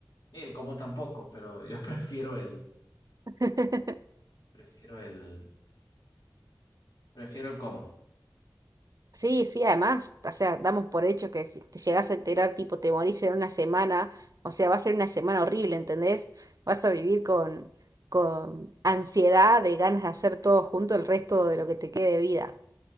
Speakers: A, on the left; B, on the right.
A: y el cómo tampoco, pero yo <laughs> prefiero el,
B: <laughs>
A: prefiero el, prefiero el cómo.
B: sí, sí, además, o sea, damos por hecho que si te llegas a enterar, tipo, te morís en una semana, o sea, va a ser una semana horrible, ¿entendés? Vas a vivir con, con ansiedad de ganas de hacer todo junto el resto de lo que te quede de vida.